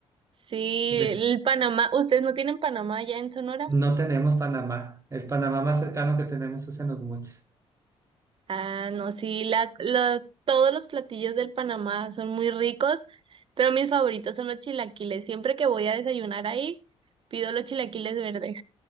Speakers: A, on the right; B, on the right.
A: Sí,
B: Des-
A: el Panamá, ¿ustedes no tienen Panamá ya en Sonora?
B: no tenemos Panamá, el Panamá más cercano que tenemos es en Los Mochis.
A: Ah, no, sí, la, la- todos los platillos del Panamá son muy ricos, pero mis favoritos son los chilaquiles. Siempre que voy a desayunar ahí, pido los chilaquiles verdes.